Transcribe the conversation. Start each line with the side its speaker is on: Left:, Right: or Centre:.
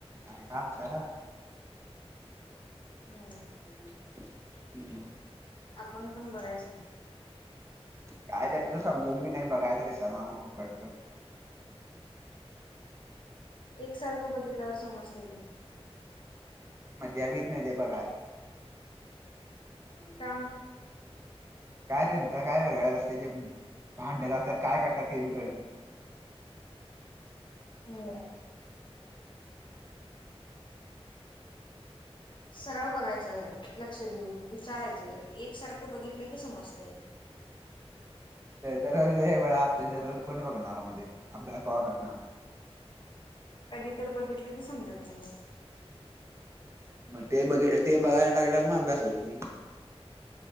Right: का असत <unintelligible>
Left: हम्म.
Right: हम् <unintelligible>
Left: आपण पण बघायचं
Right: काय त्यातलं समजत मी नाही बघायचं कशा मा म फुकटच.
Left: एक सारखं बघितल्यावर समजते.
Right: मजा बी येत नाही ते बघा हो <inaudible>
Left: का..
Right: काय त्यांच काय वेगळळाच असते ते भांड्यात असतात काय करतात ते बि कडत नाय..
Left: हम्म. सरळ बघायचं लक्ष देऊन विचारायचं एकसारखं बघितलं की समजते.
Right: दररोज हे वेळा असतय दररोज कोणी बघणारमध्ये अभ्यास कोण करणार.
Left: कधी तर बघितलं की समजत नाही.
Right: मग ते बघ ते बघायला लागल्यावर मग अभ्यास होईना.